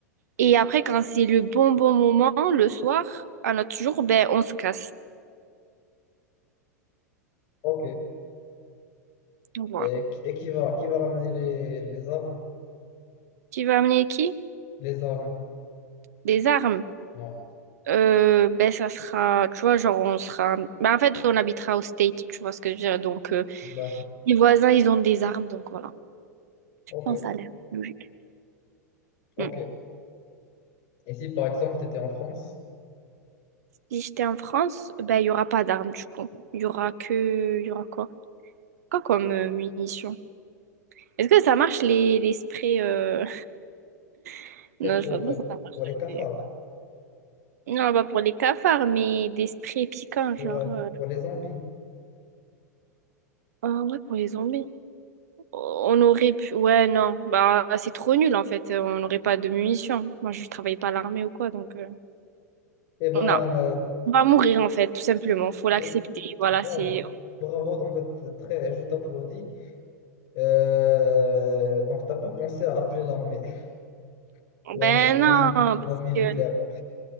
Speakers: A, on the right; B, on the left.
A: Et après, quand c'est le bon, bon moment, le soir, à notre jour, ben, on se casse.
B: Ok.
A: Voilà.
B: Et, qui- et qui va, qui va ramener les, les armes?
A: Tu veux amener qui?
B: Les armes.
A: Des armes.
B: Ouais.
A: Euh, ben, ça sera, tu vois, genre, on sera... Ben, en fait, on habitera au state, tu vois ce que je veux dire. Donc, euh,
B: D'accord.
A: les voisins, ils ont des armes, donc voilà.
B: Ok.
A: Non, ça a l'air logique.
B: Ok.
A: Mm.
B: Et si par exemple tu étais en France,
A: Si j'étais en France, ben, il n'y aura pas d'armes du coup. Il y aura que... Il y aura quoi? Quoi comme euh, munitions? Est-ce que ça marche les, les sprays... euh, <laughs>
B: et
A: Non,
B: pour,
A: je vois pas
B: euh,
A: ça marche.
B: pour les cafards,
A: les- Non, pas pour les cafards, mais des sprays piquants,
B: pour,
A: genre...
B: euh,
A: euh,
B: pour les zombies,
A: Ah ouais, pour les zombies. On aurait pu... Ouais, non. Bah, c'est trop nul, en fait. On n'aurait pas de munitions. Moi, je travaille pas à l'armée ou quoi, donc... euh,
B: eh ben,
A: Non.
B: euh,
A: On va mourir, en fait, tout simplement. Faut l'accepter.
B: je-
A: Voilà,
B: bravo.
A: c'est...
B: Bravo, donc t- très, je t'applaudis. Euh, donc t'as pas pensé à appeler l'armée <laughs> ou
A: Ben
B: un, mi-
A: non,
B: ou un mili-
A: parce
B: ou un militaire.
A: que